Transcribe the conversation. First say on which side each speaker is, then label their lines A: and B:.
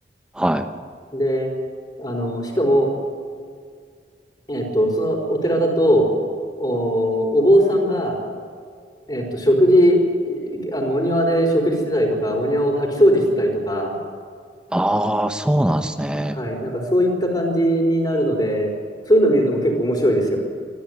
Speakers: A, in the centre; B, on the left.
A: はい。
B: で、あの、しかも、えっと、そのお寺だと、お、お坊さんが、えっと、食事、あの、お庭で食事してたりとか、お庭を掃き掃除してたりとか、
A: ああ、そうなんですね。
B: はい。なんかそういった感じになるので、そういうのを見るのも結構面白いですよ。